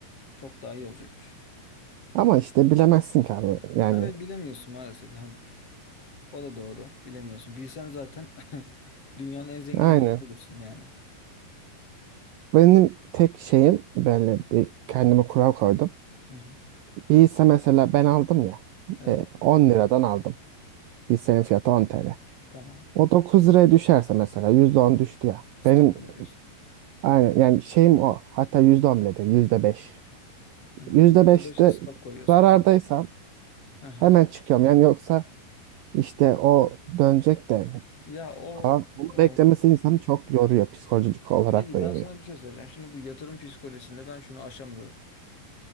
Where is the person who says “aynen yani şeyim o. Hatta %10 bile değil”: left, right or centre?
Right